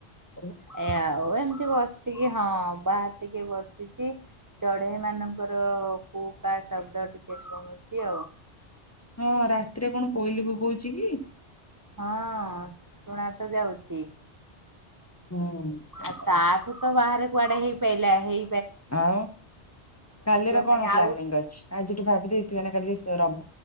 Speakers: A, on the left; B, on the right.
A: ଏଁ
B: ଏୟା ଆଉ। ଏମତି ବସିକି ହଁ ବାହାରେ ଟିକେ ବସ୍ ସିକି ଚଢେଇ ମାନଙ୍କର କୁ କା ଶବ୍ଦ ଟିକେ ଶୁଣୁଛି ଆଉ।
A: ହଁ ରାତିରେ କଣ କୋଇଲି ବୋବୋଉଚି କି?
B: ହଁ ଶୁଣା ତ ଯାଉଚି।
A: ହୁଁ ଶୁଣାଯାଉଛି
B: ଆଉ ତାଠୁ ତ ବାହାରେ କୁଆଡେ ହେଇପାଇଲା ହେଇ
A: ଆଉ କାଲିର କଣ
B: ପାଇଁ
A: ପ୍ଲାନିଂ
B: ଆଉ
A: ଅଛି? ଆଜିଠୁ ଭାବି ଦେଇଥିବେ ନା କାଲି ସ ରବ୍